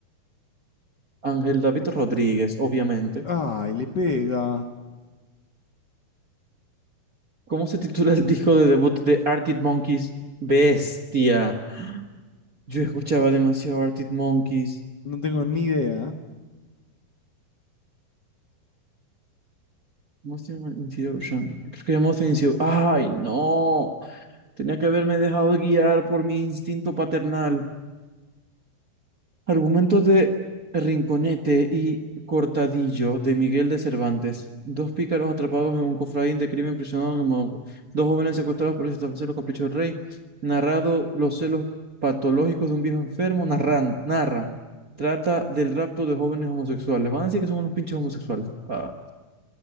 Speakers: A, on the right; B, on the left.
A: Ángel David Rodríguez, obviamente.
B: Ay, le pega.
A: ¿Cómo se titula el disco de debut de Arctic Monkeys? Bestia. Yo escuchaba demasiado Arctic Monkeys.
B: No tengo ni idea.
A: Most Intuition. Creo que Most Intuition. ¡Ay, no! Tenía que haberme dejado guiar por mi instinto paternal. Argumentos de Rinconete y Cortadillo de Miguel de Cervantes. Dos pícaros atrapados en un cofraín de crimen prisioneros en Mo- Dos jóvenes secuestrados por satisfacer los caprichos del rey. Narrado los celos patológicos de un viejo enfermo. Narran, narra. Trata del rapto de jóvenes homosexuales. Van a decir que son unos pinches homosexuales. Ah.